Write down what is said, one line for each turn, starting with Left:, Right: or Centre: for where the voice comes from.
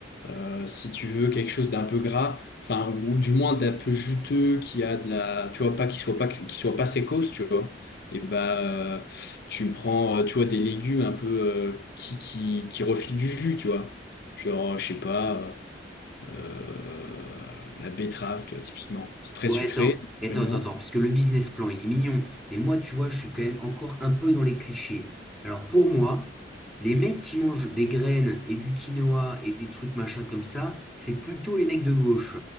Left: euh, si tu veux quelque chose d'un peu gras, enfin ou du moins d'un peu juteux, qui a de la, tu vois pas qu'il soit pas qu'il soit pas sécos, tu vois. Et bah euh, tu prends, euh, tu vois, des légumes un peu euh, qui qui qui refilent du jus, tu vois. Genre, je sais pas, euh, euh, la betterave, tu vois, typiquement. C'est très
Centre: Ouais,
Left: sucré,
Centre: attends, attends,
Left: naturellement.
Centre: attends, attends, parce que le business plan, il est mignon. Mais moi, tu vois, je suis quand même encore un peu dans les clichés. Alors pour moi, les mecs qui mangent des graines et du quinoa et des trucs machin comme ça, c'est plutôt les mecs de gauche.